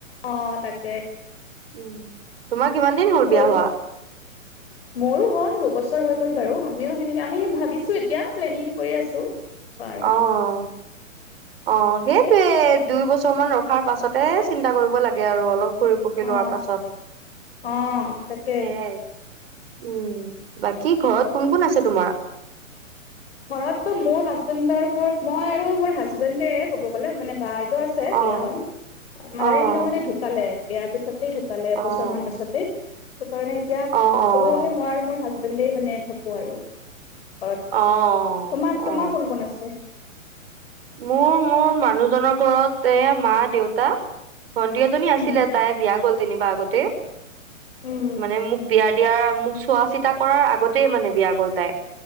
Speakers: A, on the left (about 50°); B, on the right (about 45°).
A: অহ, তাকে
B: উম। তোমাৰ কিমান দিন হ'ল
A: কৈ
B: বিয়া হোৱা?
A: থাক মোৰো হয় দুবছৰ হৈ গ'ল বাৰু আমিও সেনেকে আমি ভাবিছো এতিয়া প্লেনিং কৰি আছো আৰু
B: অ', অ', অ', সেইটোয়ে দুই বছৰ মান ৰখাৰ পাছতে চিন্তা কৰিব লাগে আৰু অলপ কৰি পকি
A: অ
B: লোৱাৰ পাছত
A: অ তাকে
B: সেইয়াই উম, বাকী ঘৰত কোন কোন আছে তোমাৰ?
A: ঘৰততো মোৰ হাজবেণ্ডৰ ঘৰত মই আৰু মোৰ হাজবেণ্ডে, ক'ব গ'লে মানে বাইদেউ আছে
B: অ',
A: বিয়া হল।
B: অ',
A: মাদাৰ ইনলো মানে ঢুকালে বিয়াৰ পিছত ঢুকালে
B: অ',
A: এবছৰ মান পিছতেই ত কাৰণে এতিয়া
B: অ', অ'।
A: ক'ব গ'লে মই আৰু মোৰ হাজব মানে থাকো আৰু ঘৰত,
B: অ
A: তোমাৰ-তোমাৰ
B: অ
A: কোন কোন আছে
B: মোৰ, মোৰ মানুহজনৰ ঘৰত এ, মা, দেউতা ভন্তি এজনী
A: উম
B: আছিলে তাই বিয়া গ'ল যেনিবা আগতে
A: উম
B: মানে মোক বিয়া দিয়াৰ মোক চোৱা চিতা কৰাৰ আগতেই মানে বিয়া গ'ল তাই